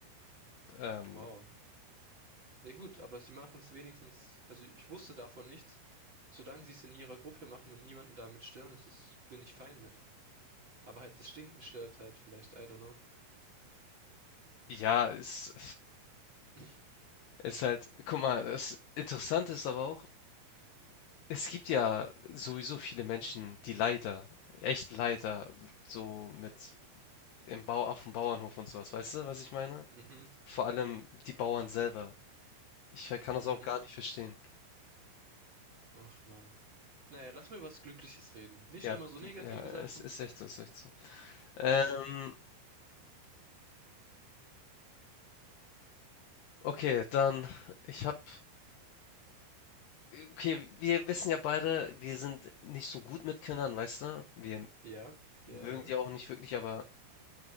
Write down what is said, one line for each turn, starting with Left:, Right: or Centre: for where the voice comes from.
Left: ähm
Right: Wow. Ja gut, aber sie machen es wenigstens, also ich wusste davon nichts. Solange sie es in ihrer Gruppe machen und niemanden damit stören, ist es, bin ich fein mit. Aber halt das Stinken stört halt vielleicht, I don't know.
Left: Ja, es
Right: <laughs>
Left: ist halt guck mal, das Interessante ist aber auch, es gibt ja sowieso viele Menschen, die leider, echt leider, so mit im Bau auf dem Bauernhof und sowas, weißt du, was ich meine?
Right: Mhm,
Left: Vor allem die Bauern selber. Ich ver- kann das
Right: mhm.
Left: auch gar nicht verstehen.
Right: Ach Mann. Naja, lass mal über was Glückliches reden. Nicht
Left: Ja,
Right: immer
Left: b-
Right: so negative
Left: ja, es
Right: Sachen.
Left: ist echt so, es ist echt so. Ähm,
Right: Ähm,
Left: okay, dann, ich hab, okay, wir wissen ja beide, wir sind nicht so gut mit Kindern, weißt du? Wir
Right: ja, ja,
Left: mögen
Right: ja.
Left: die auch nicht wirklich, aber